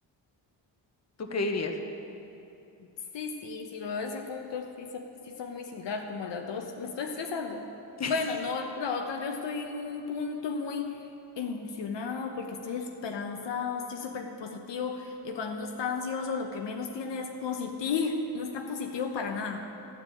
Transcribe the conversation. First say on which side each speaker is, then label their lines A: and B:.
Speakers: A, on the left; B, on the left.
A: ¿Tú qué dirías?
B: Sí, sí, si lo ves en puntos, sí, se- sí son muy similar, como las dos. Me estoy estresando.
A: <laughs>
B: Bueno, no, es que la otra, yo estoy en un punto muy emocionado porque estoy esperanzado, estoy súper positivo. Y cuando uno está ansioso, lo que menos tiene es positivo, <laughs> no está positivo para nada.